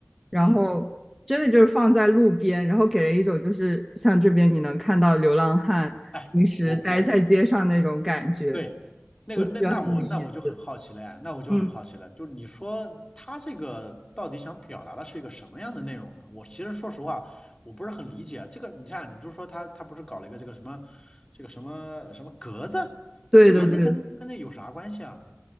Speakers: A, in the centre; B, on the left.
A: 然后真的就是放在路边，
B: 嗯。
A: 然后给人一种就是像这边你能看到流浪汉平时待在街上那种感觉，
B: 哎。我我对，那个那那我那我就很好奇了呀，
A: 我就觉得很有意思。
B: 那我就很好奇了，
A: 嗯，
B: 就是你说他这个到底想表达的是一个什么样的内容呢？我其实说实话，我不是很理解这个。你看，你就说他他不是搞了一个这个什么这个什么什么格子，
A: 对的对的。
B: 这格子跟跟这有啥关系啊？